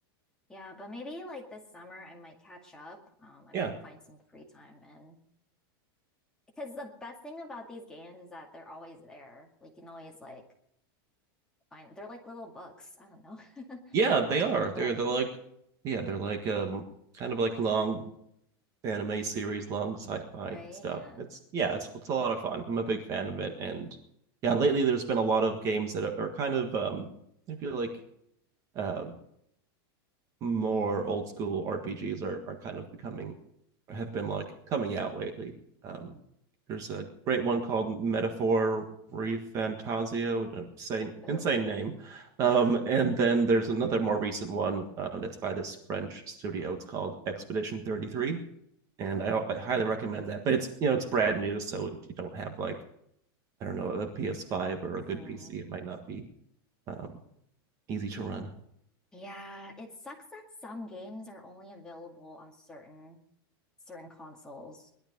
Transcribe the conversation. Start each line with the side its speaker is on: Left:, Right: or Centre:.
Centre: Yeah, but maybe like this summer I might catch up. Um, I might
Right: Yeah.
Centre: find some free time and because the best thing about these games is that they're always there. Like you can always like find they're like little books. I don't know. <laughs>
Right: Yeah, they are.
Centre: But
Right: They're they're like yeah, they're like um kind of like long anime series, long sci-fi
Centre: right,
Right: stuff.
Centre: yeah.
Right: It's yeah, it's it's a lot of fun. I'm a big fan of it and yeah, lately there's been a lot of games that are, are kind of um I feel like um more old school RPGs are are kind of becoming have been like coming out lately. Um, there's a great one called Metaphor Refantasio, an insane,
Centre: Oh,
Right: insane name.
Centre: yeah.
Right: Um, and then there's another more recent one uh, that's by this French studio. It's called Expedition 33, and
Centre: Oh.
Right: I, I highly recommend that. But it's you know it's brand new, so if you don't have like I don't know a PS5 or
Centre: Mm.
Right: a good PC, it might not be um, easy to run.
Centre: Yeah, it sucks that some games are only available on certain certain consoles.